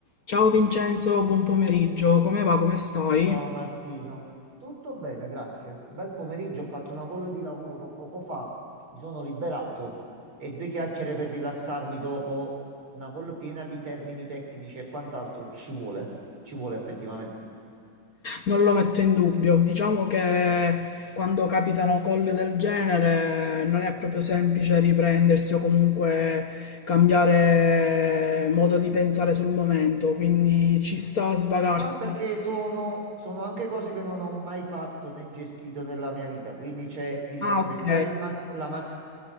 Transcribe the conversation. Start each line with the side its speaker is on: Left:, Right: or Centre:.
Left: Ciao Vincenzo, buon pomeriggio, come va, come stai?
Right: Ciao Martina, tutto bene, grazie. Bel pomeriggio, ho fatto una call di lavoro poco fa, mi sono liberato e due chiacchiere per rilassarmi dopo una call piena di termini tecnici e quant'altro ci vuole, ci vuole effettivamente.
Left: Non lo metto in dubbio, diciamo che quando capitano call del genere non è proprio semplice riprendersi o comunque cambiare modo di pensare sul momento, quindi ci sta a svagarsi.
Right: No, è perché sono, sono anche cose che non ho mai fatto né gestito nella mia vita, quindi c'è il
Left: Ah,
Right: prestare
Left: ok,
Right: il mass- la massima